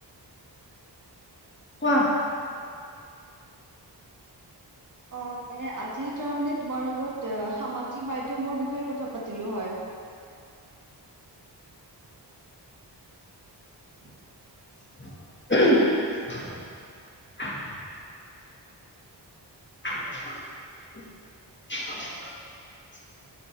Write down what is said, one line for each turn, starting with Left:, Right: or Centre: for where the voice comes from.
Left: কোৱা।
Right: অ মানে আজি তাৰ মানে তোমাৰ লগত অ সামা- জিক মাধ্যমৰ বিষয়ে কথা পাতিলো হয়। উ <unintelligible>
Left: <unintelligible> <unintelligible>